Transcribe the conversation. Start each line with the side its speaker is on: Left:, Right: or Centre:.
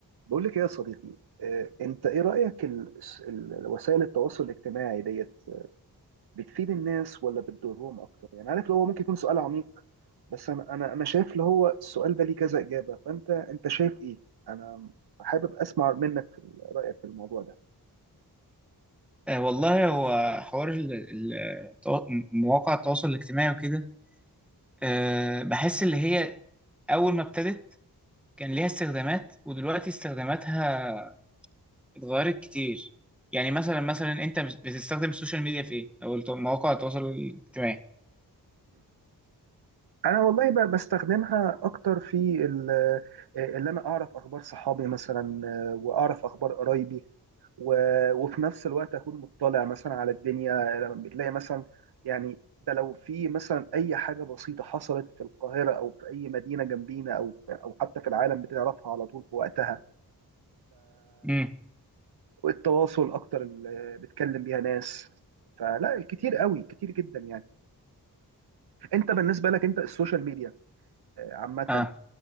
Right: بقول لك ايه يا صديقي آه، انت ايه رأيك ال- ال- وسائل التواصل الاجتماعي ديت بتفيد الناس ولا بتضرهم اكتر يعني عارف اللي هو ممكن يكون سؤال عميق بس انا انا انا شايف اللي هو السؤال ده ليه كذا إجابة فانت انت شايف ايه انا حابب اسمع منك في رأيك في الموضوع ده
Centre: آه والله هو حوار ال- ال- التوا- مواقع التواصل الاجتماعي وكده آه بحس اللي هي أول ما ابتدت كان ليها استخدامات ودلوقتي استخداماتها اتغيرت كتير يعني مثلا مثلا أنت بت- بتستخدم السوشيال ميديا في إيه؟ أو الت- مواقع التواصل الاجتماعي
Right: انا والله ب- بستخدمها اكتر في ال- آه، اللي انا اعرف اخبار صحابي مثلا آه، واعرف اخبار قرايبي و- وفي نفس الوقت اكون مطلع مثلا على الدنيا لما بتلاقي مثلا يعني ده لو في مثلا اي حاجه بسيطه حصلت في القاهره او في اي مدينه جنبينا او او حتى في العالم بتعرفها على طول في وقتها
Centre: امم
Right: فالتواصل اكتر اللي بتكلم بيها ناس فلا كتير قوي كتير جدا يعني انت بالنسبه لك انت السوشيال ميديا آه، عامه
Centre: اه